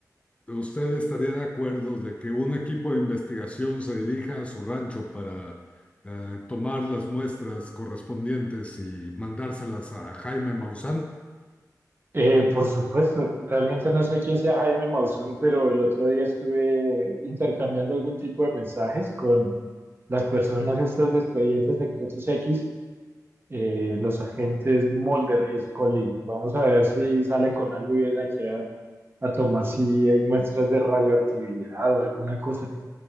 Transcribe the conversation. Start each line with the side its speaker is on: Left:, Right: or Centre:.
Left: usted estaría de acuerdo de que un equipo de investigación se dirija a su rancho para eh, tomar las muestras correspondientes y mandárselas a Jaime Maussan?
Right: Eh, por supuesto, realmente no sé quién sea Jaime Maussan, pero el otro día estuve intercambiando algún tipo de mensajes con las personas estas de Expedientes Secretos X, eh, los agentes Mulder y Scully. Vamos a ver si salen con algo y vienen aquí a, a tomar si hay muestras de radioactividad o alguna cosa.